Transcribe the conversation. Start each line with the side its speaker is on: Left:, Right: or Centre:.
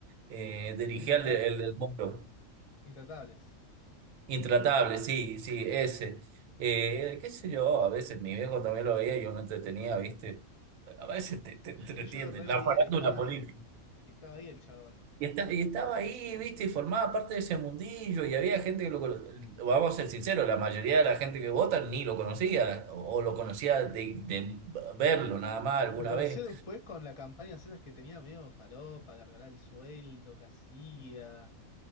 Right: eh, dirigía
Left: intratable-
Right: el, el del Moro.
Left: intratables.
Right: Intratable, sí, sí, ese. Eh, qué sé yo, a veces mi viejo también lo veía y yo me entretenía, ¿viste? A veces te, te entretienen,
Left: Sí, yo lo reveía
Right: la farándula
Left: y estaba
Right: política.
Left: ahí. Y estaba ahí el chabón.
Right: Y, está- y estaba ahí, ¿viste? Y formaba parte de ese mundillo y había gente que lo conocía, vamos a ser sinceros, la mayoría de la gente que vota ni lo conocía o, o lo conocía de, de verlo nada más alguna
Left: Lo conoció
Right: vez.
Left: después con la campaña esas que tenía medio falopa, de regalar el sueldo que hacía.